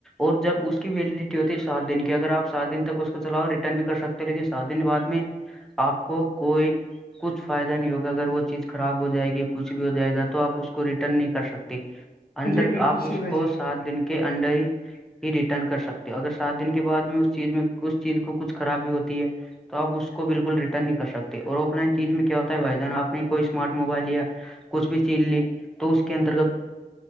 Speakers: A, in the centre; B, on the left (about 80°).
A: اور جب اس کی ویلیڈیٹی ہوتی ہے سات دن کی اگر آپ سات دن تک اس کو چلاؤ ریٹرن بھی کر سکتے ہو لیکن سات دن بد میں آپ کو کوئی کچھ فائدہ نہیں ہوگا اگر وہ چیز خراب ہو جائے گی کچھ بھی ہو جائے گا تو آپ اس کو ریٹرن نہیں کر سکتے انڈر
B: جی بالکل
A: آپ
B: صحیح
A: اس
B: بھائی
A: کو
B: جان
A: سات دن کے انڈر ہی ہی ریٹرن کر سکتے ہو اگر سات دن کے بعد میں اس چیز میں اس چیز کو کچھ خرابی ہوتی ہے آپ اسس کو بالکل ریٹرن نہیں کر سکتے اور آف لائن چیز میں کیا ہوتا ہے بھائی جان آ نے کوئی اسمارٹ موبائل لیا کچھ بھی چیز لی تو اس کے انترگت